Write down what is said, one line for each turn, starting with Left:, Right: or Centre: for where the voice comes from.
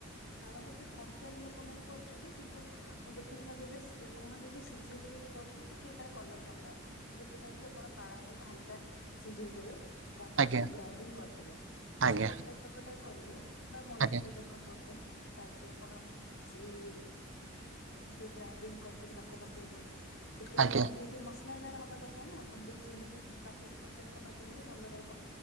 Left: ପାଳଙ୍ଗ ସାର କଞ୍ଚାରେ ଲୋକମାନୋନେ କରୁଛନ୍ତି କିନ୍ତୁ ମୁଁ ଦେଖିଛି ତାକୁ ଟିକେ କୁହନ୍ତି ଯେ ସିଝେଇକି ଯଦି କରୁଛ ଟିକେ ତାର କଲର ଭଲ ଆସିବ ତ ସେଥିପାଇଁ କି ଆପଣ ପାଳଙ୍ଗ କୁ ହାଲକା ସିଝେଇ ଦେବେ। ତାପରେ
Right: ଆଜ୍ଞା
Left: ତାକୁ ଗ୍ରାଇଣ୍ଡିଙ୍ଗ କରିଦେବେ
Right: ଆଜ୍ଞା
Left: ଯୋଉ ଅଟା ଚକଟା କରିବେ ବା ମଇଦାରେ
Right: ଆଜ୍ଞା
Left: ଯଦି ଆଣ କରୁଛନ୍ତି ତା ଦେହରେ ଆପଣ ସେଇ ଯୋଉ ଗ୍ରାଇଣ୍ଡିଙ୍ଗ କରିଥିବେ ତାକୁ ପକେଇବେ। ଟିକେ
Right: ଆଜ୍ଞା
Left: ଆପଣ ବି ଟିକେ ମସଲାଦାର ହବା ଦରକାର ନା ଆପଣ ଟିକେ ଚିଲି ବି ବାଟି କଞ୍ଚଲଙ୍କା ବାଟି ଦେଲେ ଭଲ ରହିବ